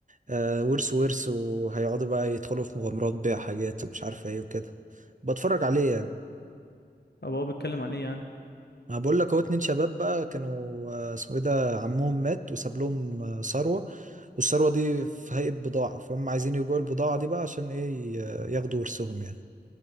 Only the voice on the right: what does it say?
آه، ورث ورث وهيقعدوا بقى يدخلوا في مغامرات بيع حاجات ومش عارف ايه وكده بتفرج عليه يعني
انا بقول لك هو اتنين شباب بقى كانوا آه، اسمه ايه ده عمهم مات وساب لهم آه، ثروة والثروة دي في هيئة بضاعة فهم عايزين يبيعوا البضاعة دي بقى عشان ايه ي- ياخدوا ورثهم يعني